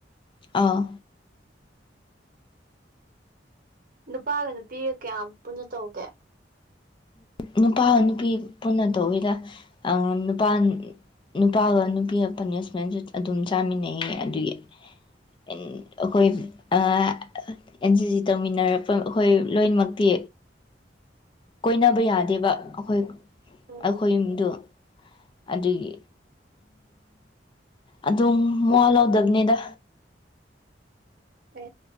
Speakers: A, on the left (about 30°); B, on the right (about 50°).
A: ꯑꯥ
B: ꯅꯨꯄꯥꯒ ꯅꯨꯄꯤꯒ ꯀꯌꯥꯝ ꯄꯨꯟꯅ ꯇꯧꯒꯦ
A: ꯅꯨꯄꯥ ꯅꯨꯄꯤ ꯄꯨꯟꯅ ꯇꯧꯋꯏꯗ ꯅꯨꯄꯥ ꯅꯨꯄꯥꯒ ꯅꯨꯄꯤꯒ ꯄꯅꯤꯁꯃꯦꯟꯁꯨ ꯑꯗꯨꯝ ꯆꯥꯃꯤꯟꯅꯩꯌꯦ ꯑꯗꯨꯒꯤ ꯑꯩꯈꯣꯏ ꯑ ꯑꯦꯟ ꯁꯤ ꯇꯧꯃꯤꯟꯅꯔꯛꯄ ꯑꯩꯈꯣꯏ ꯂꯣꯏꯅꯃꯛꯇꯤ ꯀꯣꯏꯅꯕ ꯌꯥꯗ ꯑꯩꯕ ꯑꯩꯈꯣꯏ
B: ꯎꯝ
A: ꯑꯩꯈꯣꯏ ꯌꯨꯝꯗꯨ ꯑꯗꯨꯒꯤ ꯑꯗꯨꯝ ꯃꯋꯥ ꯂꯥꯎꯗꯕꯅꯤꯗ
B: ꯑꯦ